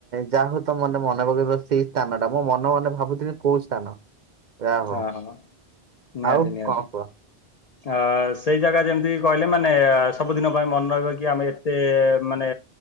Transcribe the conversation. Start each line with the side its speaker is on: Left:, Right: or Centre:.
Right: ଯାହା ହଉ ତ ମାନେ ମନେ ପକେଇବ ସେଇ ସ୍ଥାନ ଟା ମୋ ମନେ ମନେ ଭାବୁଥିଲି କୋଉ ସ୍ଥାନ। ଯା ହଉ
Left: ହଁ ହଁ ନିହାତି
Right: ଆଉ
Left: ନିହାତି
Right: କଣ କୁଅ?
Left: ଅ ସେଇ ଜାଗା ଯେମିତି କଇଲେ ମାନେ ସବୁଦିନ ପାଇଁ ମନେ ରହିବ କି ଆମେ ଏତେ ମାନେ